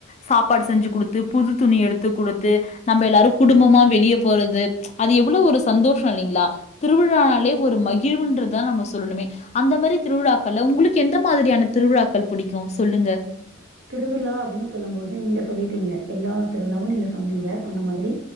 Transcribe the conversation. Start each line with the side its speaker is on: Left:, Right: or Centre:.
Left: சாப்பாடு செஞ்சு குடுத்து புது துணி எடுத்து குடுத்து நம்ப எல்லாரும் குடும்பமா வெளியே போறது அது எவ்ளோ ஒரு சந்தோஷம் இல்லைங்களா திருவிழானாலே ஒரு மகிழ்வுன்றதா நம்ப சொல்லுணுமே அந்த மாரி திருவிழாக்கள்ல உங்குளுக்கு எந்த மாதிரியான திருவிழாக்கள் புடிக்கும் சொல்லுங்க
Right: திருவிழா அப்டின்னு சொல்லும் போது நீங்க சொல்லிட்டீங்க எல்லா திருவிழாவும் நீங்க சொன்னீங்க சொன்ன மாதிரி